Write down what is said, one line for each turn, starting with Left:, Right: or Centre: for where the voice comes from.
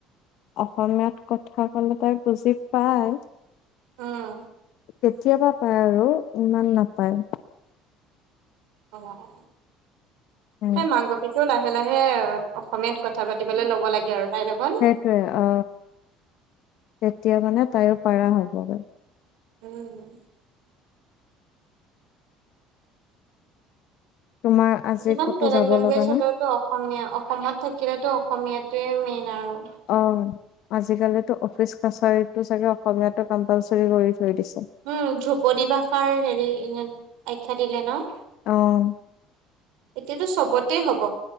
Left: অসমীয়াত কথা ক'লে তাই বুজি পায়।
Right: অহ।
Left: কেতিয়াবা পায় আৰু ইমান নাপায়।
Right: অ অ।
Left: উম
Right: তাই মাক বাপেকো লাই লাহে লাহে অ অসমীয়াত কথা পাতিবলে ল'ব লাগে আৰু। তাইৰ লগত।
Left: সেইটোৱে অ তেতিয়া মানে তাইও পাৰা হ'বগে
Right: উম
Left: তোমাৰ আজি
Right: যিমান
Left: ক'তো
Right: বেলেগ
Left: যাব
Right: লেংগুৱেজ
Left: লগা নাই
Right: হলেওতো অসমীয়া অসমত থাকিলেতো অসমীয়াত সেইটোয়ে মেইন আৰু
Left: অ আজিকালিতো অফিচ কাছাৰীটো চাগে অসমীয়াটো কম্পালচৰি থৈ কৰি দিছে।
Right: উম ধ্ৰুপদী ভাষাৰ হেৰি এনে আখ্যা দিলে ন
Left: অহ
Right: এতিয়াতো চবতে হব